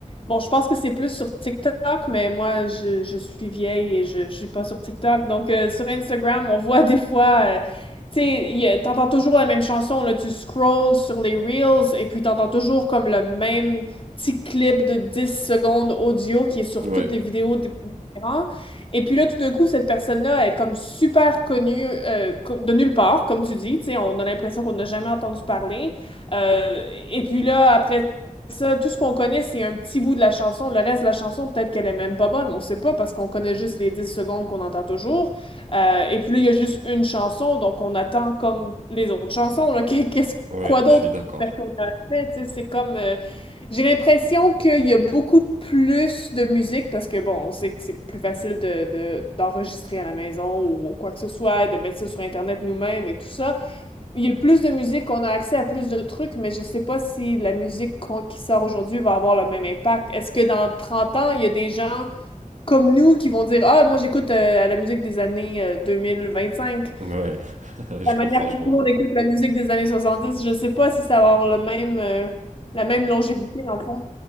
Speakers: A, on the left; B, on the right.
A: bon, je pense que c'est plus sur TikTok, mais moi, je, je suis vieille et je, je suis pas sur TikTok. Donc, euh, sur Instagram, on voit des fois... euh, tu sais, il y a- t'entends toujours la même chanson. Là, tu scrolls sur les Reels et puis t'entends toujours comme le même petit clip de 10 secondes audio qui est sur
B: Ouais,
A: toutes les vidéos différentes. Et puis là, tout d'un coup, cette personne-là est comme super connue euh, co- de nulle part, comme tu dis. Tu sais, on a l'impression qu'on n'a jamais entendu parler. Euh, et puis là, après ça, tout ce qu'on connaît, c'est un petit bout de la chanson. Le reste de la chanson, peut-être qu'elle est même pas bonne. On sait pas parce qu'on connaît juste les 10 secondes qu'on entend toujours. Euh, et puis là, il y a juste une chanson, donc on attend comme les autres chansons, là, <laughs> qu'est- qu'est-ce,
B: ouais,
A: quoi d'autre
B: je suis
A: que
B: d'accord.
A: cette personne a fait? Tu sais, c'est comme... euh, j'ai l'impression qu'il y a beaucoup plus de musique parce que, bon, on sait que c'est plus facile de, de- d'enregistrer à la maison ou quoi que ce soit, de mettre ça sur Internet nous-mêmes et tout ça. Il y a plus de musique, on a accès à plus de trucs, mais je sais pas si la musique qu'on- qui sort aujourd'hui va avoir le même impact. Est-ce que dans 30 ans, il y a des gens comme nous qui vont dire, Ah, moi j'écoute euh, la musique des années euh, 2025,
B: Ouais, <laughs> je
A: la
B: comprends,
A: manière que
B: je
A: nous
B: comprends.
A: on écoute la musique des années 70, je sais pas si ça va avoir le même, euh, la même longévité dans le fond.